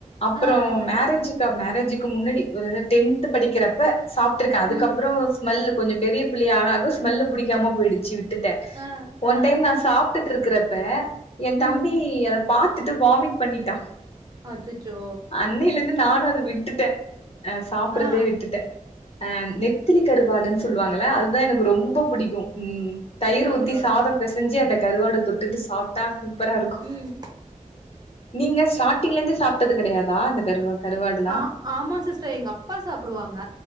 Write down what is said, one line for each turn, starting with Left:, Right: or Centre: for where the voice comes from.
Left: அப்றோ
Right: ஆ ஆ
Left: மேரேஜுக்கா மேரேஜு க்கு முன்னாடி ஒரு டென்த்து படிக்கிறப்ப சாப்ட்ருக்கே அதுக்கப்றோ
Right: ம்
Left: ஸ்மெல்லு கொஞ்ச பெரிய புள்ளையா ஆக ஆக ஸ்மெல்லு புடிக்காம போய்டுச்சி விட்டு
Right: ஆ அ
Left: ஒன் டைம் நா சாப்ட்டுட்ருக்கறப்ப எந்தம்பி
Right: ம்
Left: அத பாத்துட்டு வாமிட் பண்ணிட்டா
Right: அச்சச்சோ
Left: அன்னையில இருந்து நானு அத விட்டுட்டே அ சாப்பட்றதே
Right: ஆ
Left: விட்டுட்டே அ நெத்திலி கருவாடுன் சொல்வாங்கல்ல அதுதா எனக்கு ரொம்போ புடிக்கு ம் தயிர்
Right: ஆ
Left: ஊத்தி
Right: டாக்டர்
Left: சாதோ பெச ஞ்சி அந்த கருவாட தொட்டுட்டு சாப்ட்டா சூப்பரா இருக்கு
Right: ம்
Left: நீங்க ஸ்டாட்டிங்லர்ந்து சாப்ட்டது கெடையாதா அந்த கருவா கருவாடுலா
Right: ஆ ஆமா சிஸ்டர் எங்க அப்பா சாப்டுவாங்க